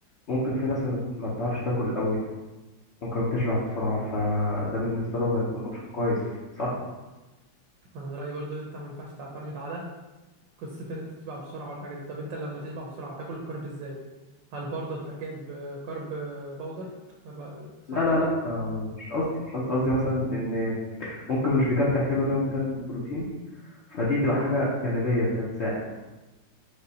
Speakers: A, on the left (about 75°); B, on the right (about 75°).
A: ممكن في ناس ما ما بتعرفش تاكل قوي ممكن بتشبع بسرعه فده بالنسبه لهم هيكون اوبشن كويس صح
B: انا من رأيي برضه انت ما ينفعش تعتمد على قصة ان انت تشبع بسرعة والحاجات دي طب انت لما تشبع بسرعة تاكل الكرب ازاي هل برضه تروح جايب آه، كرب آه، باودر هبقى صعب
A: لا لا
B: قوي
A: لا آه، مش قصدي مش قصدي قصدي مثلا ان ممكن مش بيكفي احتياجه اليومي كان بروتين فدي تبقى حاجه جانبيه كده تساعد